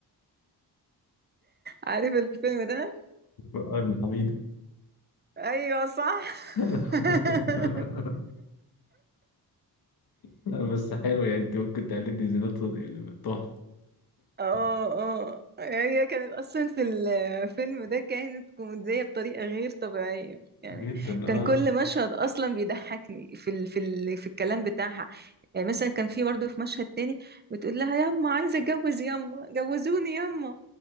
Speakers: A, on the right (about 25°); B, on the left (about 65°).
A: عارف الفيلم ده
B: ابن حميدو
A: ايوه صح
B: <laughs>
A: <laughs>
B: لا، بس حلو يعني أنت ممكن تقلدني زينات صدقي تحفة
A: اه
B: <laughs>
A: اه هي كانت اصلا في الفيلم ده كانت كوميديه بطريقه غير طبيعيه يعني
B: جدا
A: كان
B: أه
A: كل مشهد اصلا بيضحكني في ال في ال في الكلام بتاعها يعني مثلا كان في برضه في مشهد تاني بتقول لها ياما عايزه اتجوز ياما جوزوني ياما